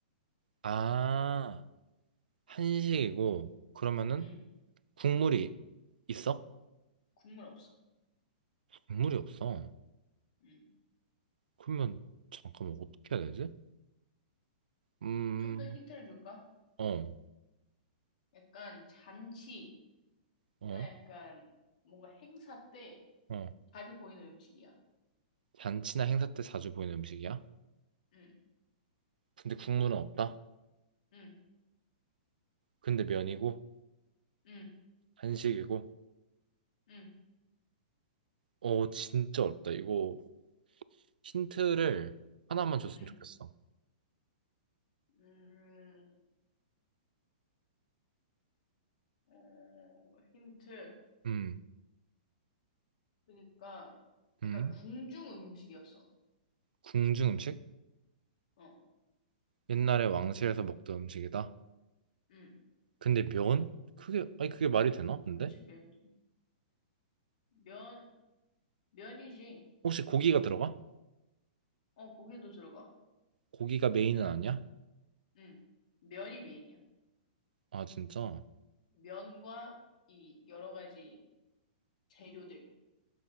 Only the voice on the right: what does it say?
아, 한식이고, 그러면은
국물이 있어?
국물이 없어.
그러면, 잠깐만, 어떻게 해야 되지? 음,
어,
어,
어.
잔치나 행사 때 자주 보이는 음식이야?
근데 국물은 없다?
근데 면이고,
한식이고,
어, 진짜 어렵다. 이거 힌트를 하나만 줬으면
좋겠어.
음,
음,
궁중 음식?
옛날에 왕실에서 먹던 음식이다.
근데 면? 그게, 아니, 그게 말이 되나? 근데?
혹시 고기가 들어가?
고기가 메인은 아니야?
아, 진짜?